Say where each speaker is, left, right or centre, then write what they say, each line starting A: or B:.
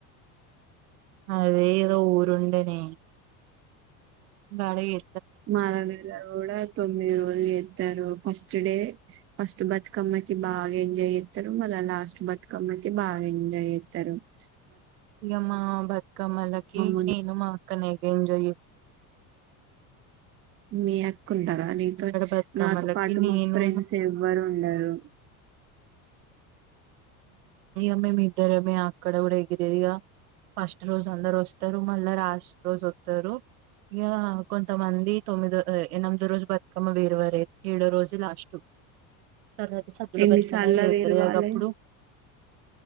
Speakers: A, on the right (about 85°); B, on the right (about 30°).
A: అదే ఏదో ఊరుండనే గగాడ ఎ
B: మాలగల కూడా తొమ్మిది రోజులు ఎస్తారు ఫస్ట్ ఫట్ డే ఫస్ట్ బతుకమ్మి బాగా ఎంజాయ్ చేస్తారు మళ్ళ లాస్ట్ బతుకమ్మ క బాగా ఎంజాయ్ చేస్తారుతు
A: ఇకమ్మా బత్ కమలకి
B: ముందు
A: నేను మా అక్కనే కేంజయ
B: మీ కుంటారా దీంతో
A: బతుకమ్మలకి
B: నాతో పాటు
A: నేను
B: మా ఫ్రెండ్స్ ఎవ్వరు ఉండరు
A: అమెే మీద్దర అ ఆక్కడ ఉడై గిరేదిగా ఫస్ట్ రోజు అందరోజ వస్తారు మళ్ళా రాష్ట్రోస్ వతారు ఇ కొంతమంది తొమ్మిది ఎ రోజు బతుకమ్ వేర అయితే ఏజు లాస్ట్ తర్వాత సద్దుల
B: ఎన్ని
A: పచ్చకమ్మ
B: సార్ల
A: వేతరడుప్పుడు
B: వేరు వాళ్ళే